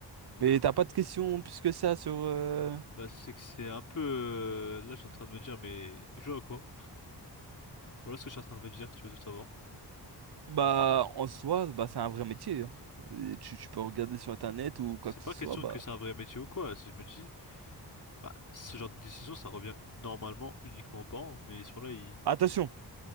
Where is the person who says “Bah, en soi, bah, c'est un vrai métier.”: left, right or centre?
Right